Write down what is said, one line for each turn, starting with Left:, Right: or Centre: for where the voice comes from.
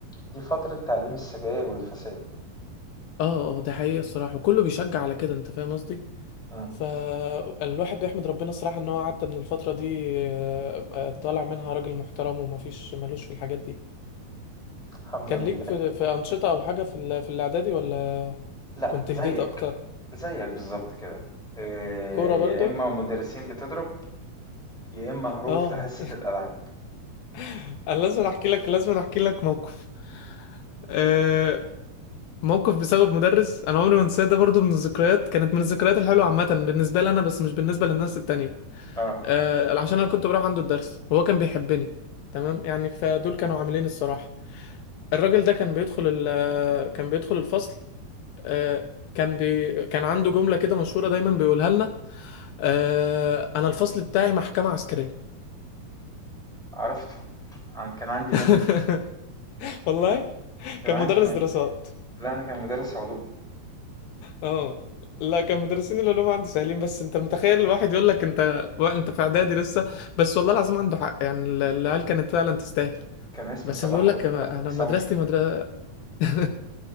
Centre: دي فترة تعليم السجاير والفساد
Left: اه اه ده حقيقي الصراحة وكله بيشجع على كده انت فاهم قصدي
Centre: مم.
Left: فالواحد بيحمد ربنا الصراحة ان هو عدى من الفترة دي آه، آه، طالع منها راجل محترم ومفيش ملوش في الحاجات دي
Centre: الحمد
Left: كان
Centre: لله
Left: ليك في, في أنشطة او حاجة في ال- في الاعدادي ولا
Centre: لا
Left: كنت
Centre: زيك
Left: هديت اكتر
Centre: زيك بالظبط كده إيه،
Left: كورة برضو
Centre: يا اما مدرسين بتضرب يا اما هروب
Left: اه
Centre: في حصة الالعاب
Left: <laughs> انا لازم احكي لك لازم احكي لك موقف آه، موقف بسبب مدرس انا عمري ما انساه ده برضو من الذكريات كانت من الذكريات الحلوة عامة بالنسبة لي انا بس مش بالنسبة للناس التانية
Centre: اه
Left: آه، عشان انا كنت بروح عنده الدرس وهو كان بيحبني تمام يعني فدول كانوا عاملين الصراحة الراجل ده كان بيدخل ال كان بيدخل الفصل آه، كان بي كان عنده جملة كده مشهورة دايما بيقولها لنا آه، انا الفصل بتاعي محكمة عسكرية
Centre: عرفته عن كان عندي
Left: <laughs>
Centre: منه
Left: والله
Centre: كان
Left: كان
Centre: عندي
Left: مدرس
Centre: من
Left: دراسات
Centre: لا انا كان مدرس علوم
Left: اه لا كان مدرسين العلوم عندي سهلين بس انت متخيل الواحد يقول لك انت و- انت في اعدادي لسه بس والله العظيم عنده حق يعني ال- العيال كانت فعلا تستاهل
Centre: كان اسمه
Left: بس
Centre: صلاح
Left: بيقول لك
Centre: الله
Left: انا
Centre: يسامحه
Left: مدرستي مدرسة <laughs>